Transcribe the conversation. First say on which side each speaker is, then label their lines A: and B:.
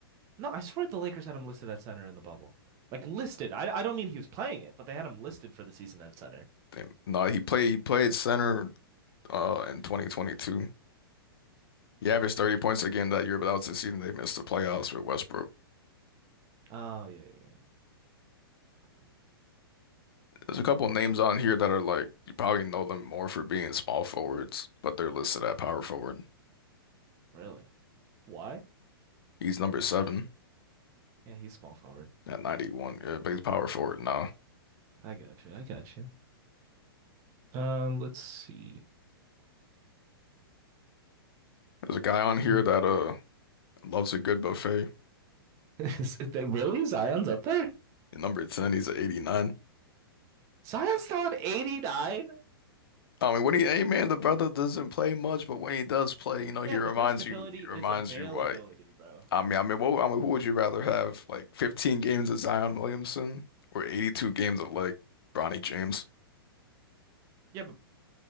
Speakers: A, on the right; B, on the left.
A: No, I swear the Lakers had him listed at center in the bubble. Like listed. I, I don't mean he was playing it, but they had him listed for the season at center.
B: Damn. Nah, he played, he played center uh in 2022. He averaged 30 points a game that year, but that was the season they missed the playoffs with Westbrook.
A: Oh, yeah, yeah. yeah.
B: There's a couple names on here that are like, you probably know them more for being small forwards, but they're listed at power forward.
A: Really? Why?
B: He's number seven
A: Yeah, he's small forward.
B: at 91. Yeah, but he's power forward now.
A: I got you. I got you. Um, let's see.
B: There's a guy
A: <laughs>
B: on here that uh loves a good buffet.
A: Is it- really? Zion's up there?
B: At number 10, he's at 89.
A: Zion's still at 89?
B: I mean, when he, hey man, the brother doesn't play much, but when he does play, you know, he
A: Yeah,
B: reminds
A: the best ability
B: you, he
A: is
B: reminds
A: availability,
B: you like.
A: bro.
B: I mean, I mean, what, I mean, who would you rather have, like 15 games of Zion Williamson or 82 games of like Bronny James?
A: Yeah, but